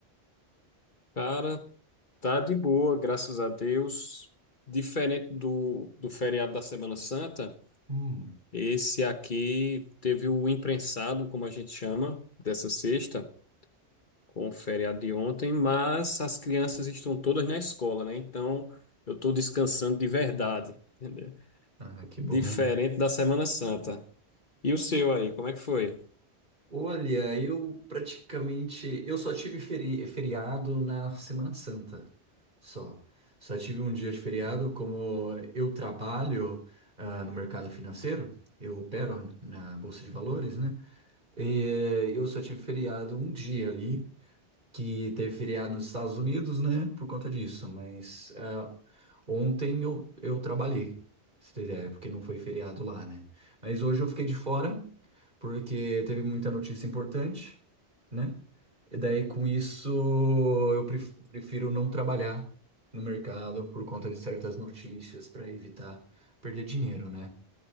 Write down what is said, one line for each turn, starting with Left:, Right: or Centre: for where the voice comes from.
Left: Cara, tá de boa, graças a Deus. Diferente do, do feriado da Semana Santa,
Right: Hum,
Left: esse aqui teve o imprensado, como a gente chama, dessa sexta, com o feriado de ontem, mas as crianças estão todas na escola, né? Então eu estou descansando de verdade, entendeu?
Right: ah, que
Left: Diferente
Right: bom.
Left: da Semana Santa. E o seu aí, como é que foi?
Right: Olha, eu praticamente, eu só tive feri- feriado na Semana Santa, só. Só tive um dia de feriado, como eu trabalho, ah, no mercado financeiro, eu opero na Bolsa de Valores, né? E eu só tive feriado um dia ali, que teve feriado nos Estados Unidos, né? Por conta disso. Mas é, ontem eu, eu trabalhei, pra você ter ideia, porque não foi feriado lá, né? Mas hoje eu fiquei de fora, porque teve muita notícia importante, né? E daí com isso eu pref- prefiro não trabalhar no mercado por conta de certas notícias para evitar perder dinheiro, né?